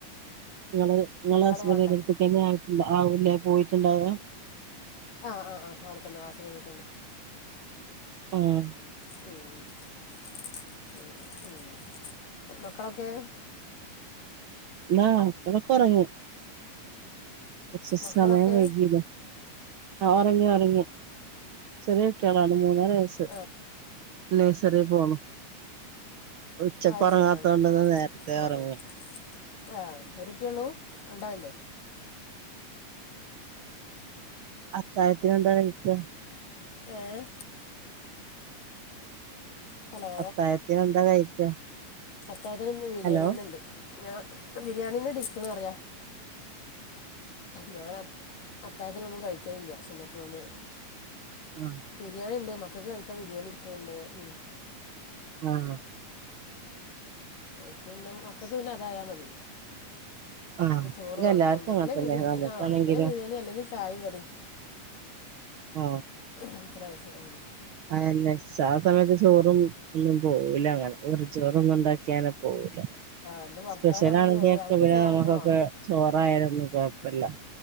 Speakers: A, on the right (about 80°); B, on the left (about 85°).
A: ഇങ്ങള് ഇങ്ങളെ ഹസ്ബന്റിന്റെട്ത്ത്ക്കന്നെ
B: വേണ്ടേ
A: ആയിര്ക്ക് ആവും ല്ലേ? പോയിട്ട്ണ്ടാവ
B: ആഹ് ആഹ് ആഹ് അവ്ടെത്തന്നെ രാസ ഖൈമേ തന്നെ.
A: ഉം.
B: <inaudible> മക്കളൊക്കെ
A: ആഹ് മക്കളൊക്കെ ഒർങ്ങി. കൊർച്ച് സമയം
B: മക്കളൊക്കെ
A: വൈകില്ലേ. ആ ഒറങ്ങി ഒറങ്ങി. ചെറിയ ട്ട്യാളാണ് മൂന്നര വയസ്സ്.
B: ആഹ്
A: ലെയ്സറി പോണു. ഉച്ചക്ക്
B: അത്
A: ഒർങ്ങാത്തോണ്ട്
B: ശരി അങ്ങനെ
A: ന്ന് നേര്ത്തെ
B: ആഹ്
A: ഒർങ്ങി.
B: ആഹ് ആഹ് ഒരുട്ടി ഉള്ളൂ. രണ്ടാള് ല്ലേ?
A: അത്തായത്തിന് എന്താ കഴിക്കാ?
B: ഏഹ് ഹലോ
A: അത്തായത്തിന് എന്താ കഴിക്ക?
B: അത്തായത്തിന് ന്ന് ബിരിയാണിന്നെണ്ട്.
A: ഹലോ
B: ഞാ ബിരിയാണിന്നെ <unintelligible> അറയാ. ഞാന് അത്താഴത്തിനൊന്നും കഴിക്കലില്ല സുന്നത്ത് നോമ്പിന്.
A: ആ
B: ബിരിയാണിണ്ട്. മക്കക്ക് കഴിക്കാൻ ബിരിയാണി ഇരിക്ക്ണ്ണ്ട്. ഉം
A: ആഹ്.
B: ഓർക്ക് പിന്നെ മക്കക്ക് പിന്നെ അതായാ മതി.
A: ആ
B: ഓല്ക്ക് ചോറ് വാണ്ട
A: എല്ലാർക്കും
B: ഒന്ന്ക്കല്
A: അങ്ങനത്തന്നെ
B: ബിരിയാണി
A: നമുക്കാണെങ്കിലും
B: ആ ഒന്ന്ക്കല് ബിരിയാണി അല്ലെങ്കി ചായിം കടിം.
A: ആഹ്.
B: അത്രേ ആവശ്യള്ളു
A: അതെല്ലാ ആ സമയത്ത് ചോറും ഒന്നും പോവൂല്ലങ്ങനെ. വെറും ചോറൊന്നുംണ്ടാക്കിയാല പോവുലാ ആഹ്
B: എൻ്റെ ഭർത്താവ്
A: സ്പെഷ്യലാണെങ്കി
B: കടലിൽ
A: ഒക്കെ
B: അവർക്ക്
A: പിന്നെ
B: ചോറ്
A: നമുക്കൊക്കെ
B: തന്നെ വേണം
A: ചോറായാലൊന്നു കൊഴപ്പല്ല